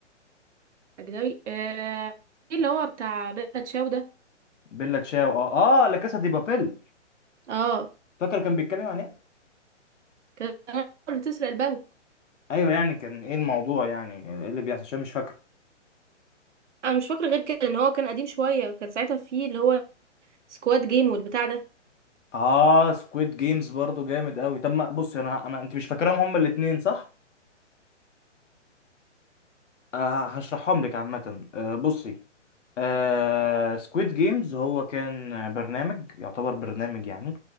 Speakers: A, on the right; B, on the left.
A: اجنبي آه ايه اللي هو بتاع بيلا تشاو ده
B: بيلا تشاو آه آه لا كاسا دي بابيل
A: اه
B: فاكر كان بيتكلم عن إيه
A: كان اللي تسرق البنك
B: أيوه يعني كان إيه الموضوع يعني إيه اللي بيحصل عشان مش فاكر
A: انا مش فاكره غير كده ان هو كان قديم شويه كان ساعتها فيه اللي هو سكواد جيم والبتاع ده
B: آه سكويد جيمز برضو جامد أوي طب ما بصي أنا أنا أنت مش فاكرهم هما الاتنين صح آه هشرحهم لك عامة آه بصي آه سكويد جيمز هو كان برنامج يعتبر برنامج يعني